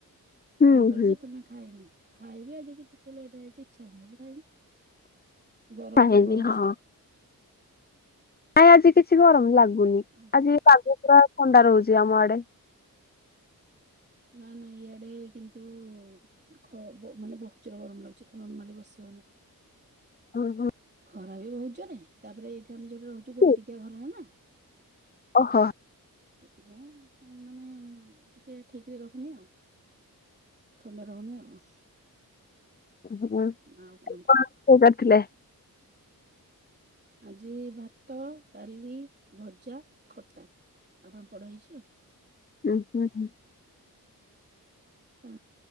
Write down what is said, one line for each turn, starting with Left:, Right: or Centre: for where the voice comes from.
Left: ହୁଁ
Right: ଦିହିପହରେ
Left: ହୁଁ
Right: ଯେ ଏତୋଳ ଯାଏଁ ଖାଇନି। ଖାଇବି ଆଜି କି ଟିକେ ଲେଟ ହେଇଚି। ଇଚ୍ଛା ହେଇନି ବୋଲି ଖାଇନି। ଗରମ
Left: ନାହିଁ
Right: ପ୍ରବଳ
Left: କି
Right: ହଉଛି।
Left: ହଁ, ନାଇଁ ଆଜି କିଛି ଗରମ
Right: ଆଉ
Left: ଲାଗୁନି
Right: କଣ
Left: ଆଜି ପାଗ ପୁରା ଥଣ୍ଡା ରହୁଚି ଆମ ଆଡ଼େ।
Right: ନାଁ ନାଁ ଇଆଡ଼େ କିନ୍ତୁ ଖ ବୋ ମାନେ ବୋହୁତ ଜୋରେ ଗରମ ଲାଗୁଚି ନର୍ମାଲି ବସି ହଉନି।
Left: ହୁଁ ହୁଁ
Right: ଖରା ବି ବୋହୁତ୍ ଜୋରେ ତାପରେ ଏଇଠି ଆମେ ଯୋଉଠି ରହୁ ଚୁ ଗୋଟିକିଆ
Left: ହୁଁ
Right: ଘର ହେ ନା।
Left: ଓହୋ।
Right: ସେଥିପାଇଁ ଉଁ ମାନେ ଟିକେ ଠିକରେ ରହୁନି ଆଉ ଥଣ୍ଡା ରହୁନି ଆଉ।
Left: ହୁଁ-
Right: ଆଉ କଣ
Left: ତିଲେ
Right: ଆଜି ଭାତ ଡାଲି ଭଜା ଖଟା ଆଉ ପାମ୍ପଡ ହେଇଚି ଆଉ।
Left: ଉଁ ହୁଁ ହୁଁ।
Right: ଅ